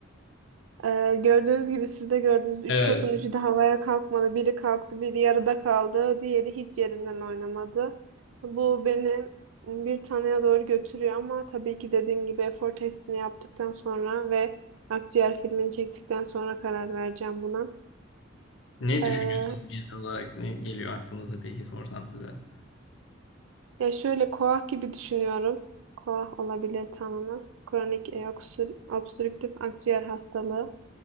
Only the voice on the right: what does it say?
E, gördüğünüz gibi siz de gördünüz. Üç
topun üçü de havaya kalkmadı. Biri kalktı, biri yarıda kaldı. Diğeri hiç yerinden oynamadı. Bu beni bir taneye doğru götürüyor ama tabii ki dediğim gibi efor testini yaptıktan sonra ve akciğer filmini çektikten sonra karar vereceğim buna.
E,
Ya şöyle koah gibi düşünüyorum. Koah olabilir tanınız. Kronik e, oksür- obstrüktif akciğer hastalığı.